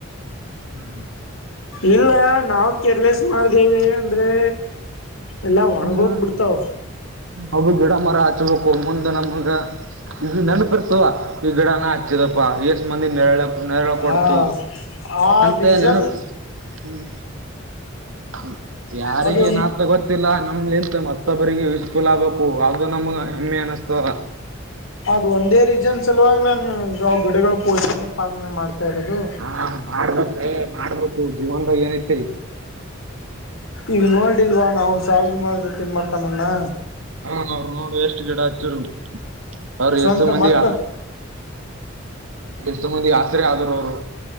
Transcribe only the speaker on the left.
ಇಲ್ಲ ನಾವ ಕೇರ್ಲೆಸ್ ಮಾಡ್ದೇವೆ ಅಂದ್ರೆ. ಎಲ್ಲ ಒಣಗೋಗ್ಬಿಡ್ತಾವ.
ಹಾ ಆ
ರೀಸನ್
ಅದು
ಅದು ಒಂದೇ ರೀಸನ್ ಸಲುವಾಗ ನಾನು ಗಿಡಗಳು ಪೋಷಣೆ ಪಾಲನೆ ಮಾಡ್ತಾ ಇರೋದು.
ಈಗ ನೋಡಿಲ್ವಾ ನಾವು ಸಾಲ್ ಮರದ ತಿಮ್ಮಕ್ ನನ್ನ.
ಸ್ವಂತ
ಮಕ್ಳ